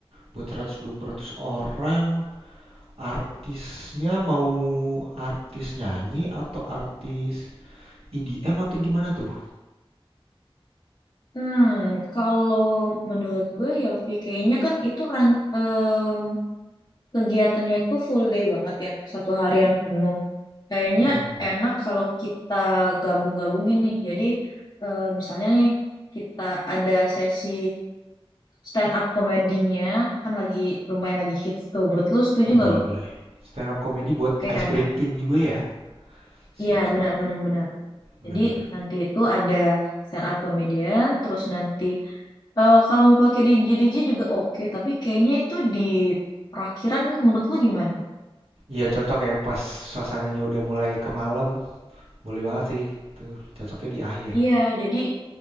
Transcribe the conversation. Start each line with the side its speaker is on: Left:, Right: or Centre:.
Right: buat 100-200 orang, artisnya mau artis nyanyi atau artis EDM atau gimana tuh?
Left: Hmm, kalau menurut gue ya, Vi, kayaknya kan itu ran- em, kegiatannya tuh full day banget ya, satu harian penuh. Kayaknya
Right: Mm-mm.
Left: enak kalau kita gabung-gabungin nih. Jadi eh, misalnya nih kita ada sesi stand up komedinya kan lagi lumayan lagi hits tuh. Menurut lu setuju
Right: Eh
Left: nggak
Right: boleh
Left: lo?
Right: boleh. Stand up comedy buat
Left: Oke
Right: ice
Left: kan
Right: breaking
Left: ya?
Right: juga ya. Siap
Left: Iya
Right: siap.
Left: benar benar benar.
Right: Bener
Left: Jadi
Right: bener.
Left: nanti itu ada stand up comedian, terus nanti eh, kalau mau pakai DJ DJ juga oke. tapi kayaknya itu di perakhiran menurut lu gimana?
Right: Iya cocok ya pas suasananya udah mulai ke malam, boleh banget sih. Tuh, cocoknya di akhir.
Left: Iya jadi